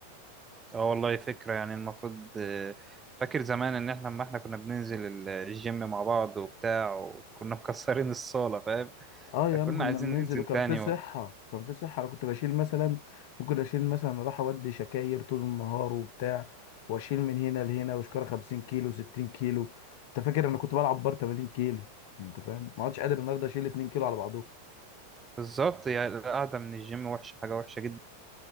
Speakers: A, on the right; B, on the left.
A: اه والله فكرة يعني المفروض آه، فاكر زمان ان احنا لما احنا كنا بننزل ال- الجيم مع بعض وبتاع وكنا مكسرين الصالة فاهم
B: اه يا
A: فكنا
B: عم كنا
A: عايزين
B: بننزل
A: ننزل
B: وكان
A: تاني
B: في صحه
A: و...
B: كان في صحه انا كنت بشيل مثلا ممكن اشيل مثلا اروح اودي شكاير طول النهار وبتاع واشيل من هنا لهنا وشكاره 50 كيلو 60 كيلو انت فاكر انا كنت بلعب بار 80 كيلو انت فاهم ما عادش قادر النهارده اشيل 2 كيلو على بعضهم
A: بالظبط يعني القعدة من الجيم وحشة حاجة وحشة جدا